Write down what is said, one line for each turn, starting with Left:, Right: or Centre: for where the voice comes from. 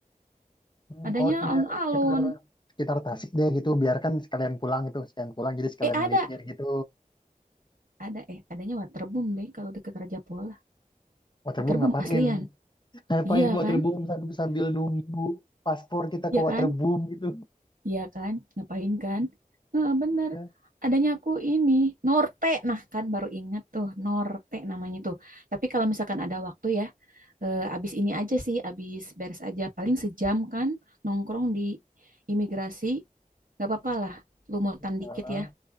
Left: hmm,
Right: Adanya
Left: kalau dia
Right: alun-alun.
Left: sekitar sekitar Tasik deh gitu biarkan sekalian pulang gitu sekalian pulang jadi sekalian
Right: Eh ada,
Left: melipir gitu
Right: ada eh adanya Waterboom deh kalau deket Raja Pola.
Left: Waterboom
Right: Waterboom
Left: ngapain?
Right: aslian.
Left: Ngapain
Right: Iya
Left: ke waterboom
Right: kan?
Left: sambil, sambil nunggu paspor kita
Right: Iya
Left: ke waterboom
Right: kan?
Left: gitu.
Right: Iya kan? Ngapain kan? Nah, bener.
Left: Ya,
Right: Adanya aku ini Norte. Nah, kan baru ingat tuh Norte namanya tuh. Tapi kalau misalkan ada waktu ya, eh, abis ini aja sih, abis beres aja paling sejam kan nongkrong di imigrasi. Gak apa-apa lah, lumutan
Left: ya
Right: dikit ya.